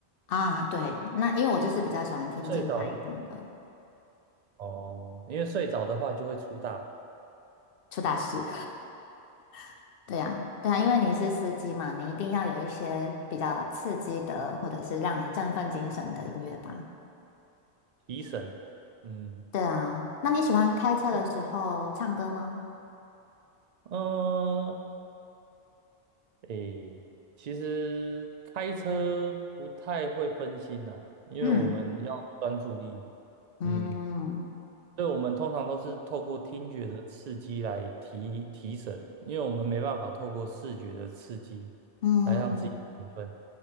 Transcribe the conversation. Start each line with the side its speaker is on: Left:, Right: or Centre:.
Left: 啊，对，那因为我就是比较喜欢听静态一点的
Right: 睡着哦，因为睡着的话就会出大
Left: 出大事，<laughs> 对呀对呀，因为你是司机嘛，你一定要有一些比较刺激的，或者是让你振奋精神的音乐吧。
Right: 提神。嗯，
Left: 对啊，那你喜欢开车的时候唱歌吗？
Right: 会，嗯，诶，其实开车不太会分心呐、因为我们要专注力。
Left: 嗯嗯
Right: 嗯。对，我们通常都是透过听觉的刺激来提提神，因为我们没办法透过视觉的刺激
Left: 嗯
Right: 来让自己兴奋，